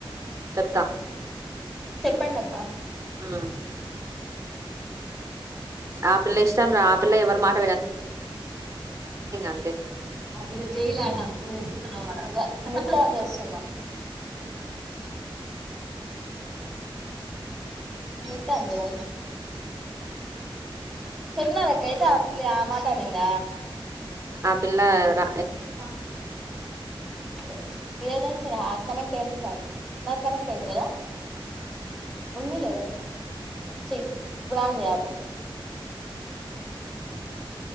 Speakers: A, on the right (about 35°); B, in the centre.
A: చెప్తా
B: చెప్పండక్క
A: ఆ ఆ పిల్ల ఇష్టం రా ఆ పిల్ల ఎవరు మాట్ అంతే
B: అలా జలాడా వెతున్నా వాడం <unintelligible> నెట్ ఆన్ చేస్తున్నా, నెట్ ఆన్ చేయ్ రా చెప్పినారకైతే ఆ పిల్లె మాటనింద
A: ఆ పిల్ల ర
B: వస్తామనే అంటుంది ఏదైన సరె ఆ కనెక్ట్ అయింటే సారు నాదిర్ కనెక్ట్ అయింది కద ఉన్ని లేదంటన చేయ్ ఇప్పుడు ఆన్ చెయ్య పో